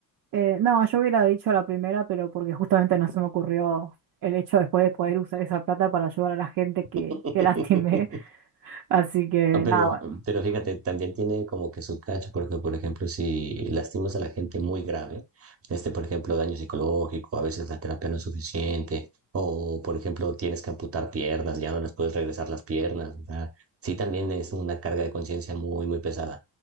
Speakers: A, on the right; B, on the right.
A: Eh, no, yo hubiera dicho la primera, pero porque justamente no se me ocurrió el hecho después de poder usar esa plata para ayudar a la gente que,
B: <laughs>
A: que lastimé. <laughs> Así que
B: No, Pero,
A: nada, bueno.
B: pero fíjate, también tiene como que su cacho, porque por ejemplo, si lastimas a la gente muy grave, este, por ejemplo, daño psicológico, a veces la terapia no es suficiente, o por ejemplo, tienes que amputar piernas, ya no les puedes regresar las piernas, o sea, sí también es una carga de conciencia muy, muy pesada.